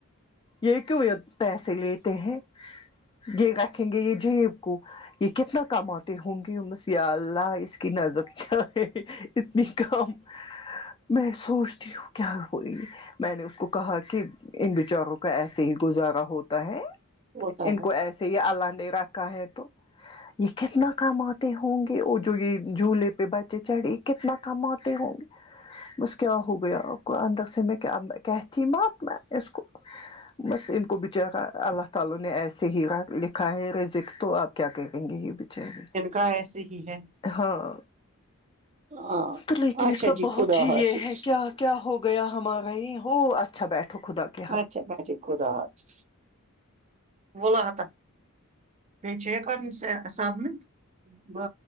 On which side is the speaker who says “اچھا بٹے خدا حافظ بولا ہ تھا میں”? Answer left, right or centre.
Right